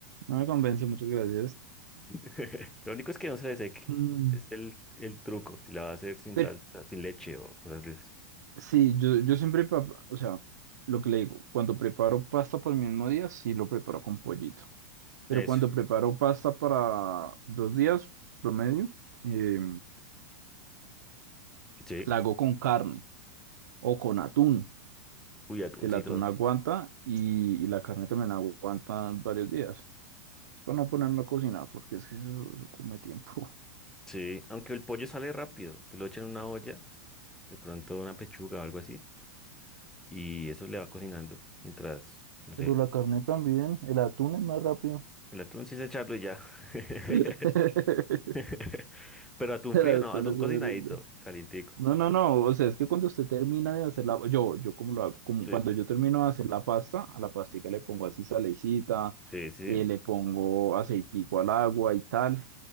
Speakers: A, on the right; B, in the centre.
A: No me convence, muchas gracias.
B: <laughs> Lo único es que no se le seque.
A: Mm,
B: Es el, el truco, si la va a hacer sin
A: Pero
B: salsa, sin leche o cosas de esas.
A: sí, yo, yo siempre, pa- o sea, lo que le digo, cuando preparo pasta para el mismo día, sí lo preparo con pollito. pero
B: Eso,
A: cuando preparo pasta para dos días promedio, eh,
B: sí.
A: la hago con carne o con atún,
B: Uy, atuncito.
A: que el atún aguanta y, y la carne también aguanta varios días. Es para no ponerme a cocinar, porque es que eso, eso come tiempo. <laughs>
B: Sí, aunque el pollo sale rápido, se lo echa en una olla, de pronto una pechuga o algo así, y eso le va cocinando mientras, no
A: Pero
B: sé,
A: la carne también, el atún es más rápido.
B: el atún sí es echarlo y ya. <laughs>
A: <laughs>
B: <laughs> Pero atún
A: El
B: frío, no,
A: atún
B: atún
A: es horrible.
B: cocinadito, calientico.
A: No, no, no, o sea, es que cuando usted termina de hacer la, yo, yo como lo hago, como
B: Sí,
A: cuando yo termino de hacer la pasta, a la pastica le pongo así salecita,
B: sí, sí.
A: eh,
B: sí.
A: le pongo aceitico al agua y tal,